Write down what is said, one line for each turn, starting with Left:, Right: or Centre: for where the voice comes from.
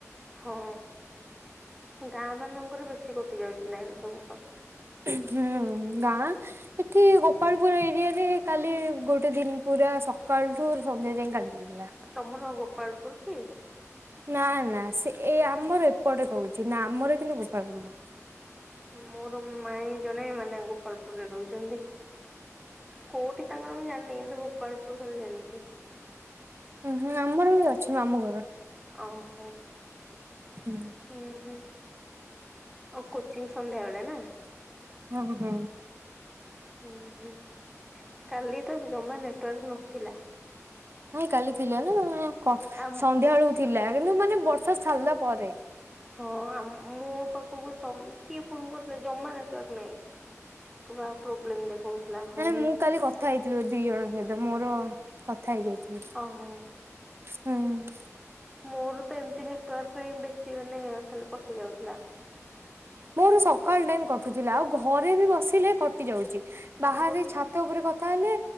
Centre: ହଁ ଗାଁ ମାନଙ୍କରେ ବେଶୀ କଟି ଯାଉଛି ଲାଇନ ସବୁ।
Right: ହୁଁ ଗାଁ। ଏଠି ଗୋପାଳପୁର ଏରିଆରେ କାଲି ଗୋଟେ ଦିନ ପୁରା ସକାଳଠୁ ସନ୍ଧ୍ୟା ଯାଏଁ କା <unintelligible>
Centre: ତମର ଗୋପାଳପୁର କି?
Right: ନା ନା ସେ ଏଇ ଆମର ଏପଟେ କହୁଛି ନା ଆମର କିନ୍ତୁ ଗୋପାଳପୁର ନୁହଁ।
Centre: ମୋର ମାଇଁ ଜଣେ ମାନେ ଗୋପାଳପୁରରେ ରହୁଛନ୍ତି। କୋଉଠି ତାଙ୍କର ମୁଁ ଜାଣିନି କିନ୍ତୁ ଗୋପାଳପୁର ଖାଲି ଜାଣିଛି।
Right: ହୁଁ ହୁଁ ଆମର ବି ଅଛି ମାମୁ ଘର।
Centre: ଓହୋ
Right: ହୁଁ
Centre: ହୁଁ ହୁଁ ଆଉ କୋଚିଂ ସନ୍ଧ୍ୟାବେଳେ ନା।
Right: ହଁ ହଁ
Centre: ଉଁ ହୁଁ କାଲି ତ ଜମା ନେଟୱାର୍କ ନଥିଲା।
Right: ନାଇଁ କାଲି ଥିଲା ନା ସନ୍ଧ୍ୟାବେଳୁ
Centre: ଆମ
Right: ଥିଲା କିନ୍ତୁ ମାନେ ବର୍ଷା ଛାରିଲା ପରେ।
Centre: ହଁ ମୋ ପାଖକୁ ତ କିଏ ଫୋନ କରୁଥିଲେ ଜମା ନେଟୱାର୍କ ନାଇଁ। ପୁରା ପ୍ରୋବ୍ଲେମ ଦେଖଉଥିଲା। ହଁ
Right: ନାଇଁ ମୁଁ କାଲି କଥା ହେଇଥିଲ ଦି ଜଣଙ୍କ ସହିତ ମୋର କଥା ହେଇଯାଇଥିଲ।
Centre: ଓହୋ।
Right: ହୁଁ
Centre: ମୋର ତ ଏମିତି ନେଟୱାର୍କ ପାଇଁ ବେଶୀ ମାନେ ଖାଲି କଟି ଯାଉଥିଲା।
Right: ମୋର ସକାଳ ଟାଇମ କଟୁଥିଲା ଆଉ ଘରେ ବି ବସିଲେ କଟି ଯାଉଛି। ବାହାରେ
Centre: ଏବେ କୋଉଠି କି
Right: ଛାତ ଉପରେ କଥା ହେଲେ